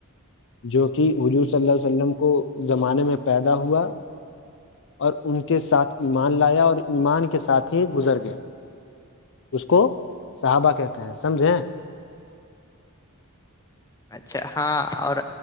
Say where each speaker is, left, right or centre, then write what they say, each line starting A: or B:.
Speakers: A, on the left (about 60°); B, on the left (about 15°).
A: جو کہ وجور صلی اللہ علیہ وسلم کو زمانے میں پیدا ہوا اور ان کے ساتھ ایمان لایا اور ایمان کے ساتھ ہی گزر گیا اس کو صحابہ کہتے ہیں سمجھیں
B: اچھا ہاں اور